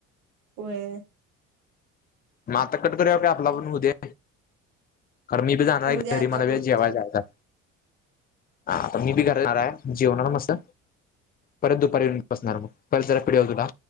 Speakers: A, on the right; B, on the left.
A: होय.
B: म आता कट कराव काय आपला आपण होऊ दे. कारण मी बी जाणार
A: होऊ
B: आहे
A: द्या
B: घरी
A: आता
B: मला बी
A: होतच
B: जेवाय
A: आलं
B: जायचाय. हा आता मी बी घरात जाणार आहे जेवणार मस्त परत दुपारी येऊन बसणार मग परत जरा पिढ्याव तुला.